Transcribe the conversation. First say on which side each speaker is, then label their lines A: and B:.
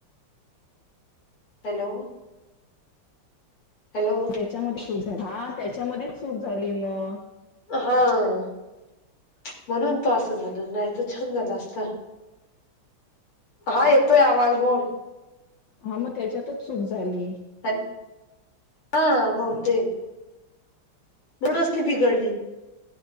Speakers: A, on the left; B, on the left.
A: हॅलो. हॅलो.
B: त्याच्यामध्ये चूक झाली,, हा त्याच्यामध्येच चूक झाली मग.
A: हां. म्हणून तो असं झालं नाही तर छान झाला असता. हा येतोय आवाज बोल.
B: हा मग त्याच्यातच चूक झाली.
A: हॅलो,, हा बहुतेक. म्हणूनच ती बिघडली,